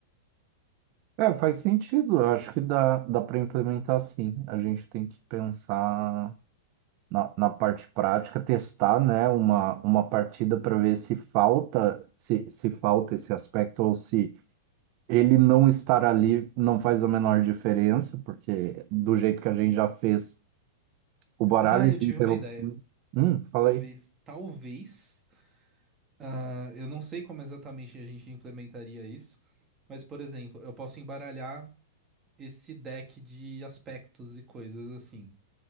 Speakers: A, on the right; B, on the right.
A: É, faz sentido. Eu acho que dá, dá para implementar sim. A gente tem que pensar na, na parte prática, testar, né, uma, uma partida para ver se falta, se, se falta esse aspecto ou se ele não estar ali não faz a menor diferença, porque do jeito que a gente já fez o baralho
B: Ah, eu tive
A: pelo.
B: uma ideia.
A: Hum, falei.
B: Talvez, talvez. Ah, eu não sei como exatamente a gente implementaria isso, mas, por exemplo, eu posso embaralhar esse deck de aspectos e coisas assim.